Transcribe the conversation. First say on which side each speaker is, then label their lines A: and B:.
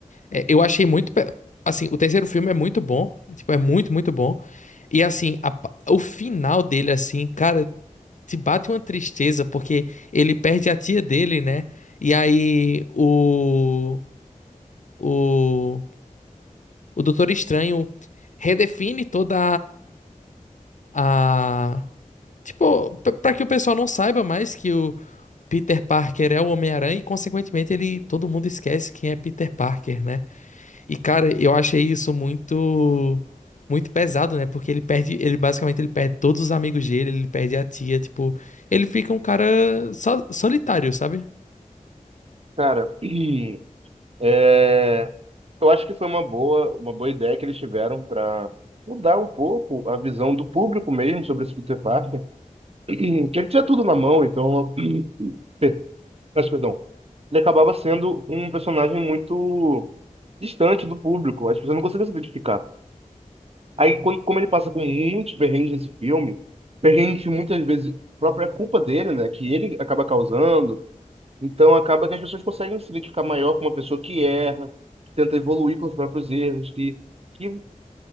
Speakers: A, on the left; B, on the right.
A: é, eu achei muito. pe- Assim, o terceiro filme é muito bom. é, Tipo, é muito, muito bom. E, assim, a pa- o final dele, assim, cara, te bate uma tristeza, porque ele perde a tia dele, né? E aí, o. O o Doutor Estranho redefine toda a, a- tipo, p- pra que o pessoal não saiba mais que o Peter Parker é o Homem-Aranha e consequentemente ele todo mundo esquece quem é Peter Parker, né? E cara, eu achei isso muito muito pesado, né? Porque ele perde, ele basicamente ele perde todos os amigos dele, ele perde a tia, tipo, ele fica um cara so- solitário, sabe?
B: Cara, <clears throat> é, eu acho que foi uma boa, uma boa ideia que eles tiveram para mudar um pouco a visão do público mesmo sobre esse Peter Parker, <clears throat> que ele tinha tudo na mão, então <clears throat> perfeito, Peço perdão. Ele acabava sendo um personagem muito distante do público. As pessoas não conseguiam se identificar. Aí, quando, como ele passa com muitos perrengues nesse filme, perrengues que muitas vezes própria culpa dele, né? Que ele acaba causando. Então, acaba que as pessoas conseguem se identificar maior com uma pessoa que erra, que tenta evoluir com os próprios erros, que, que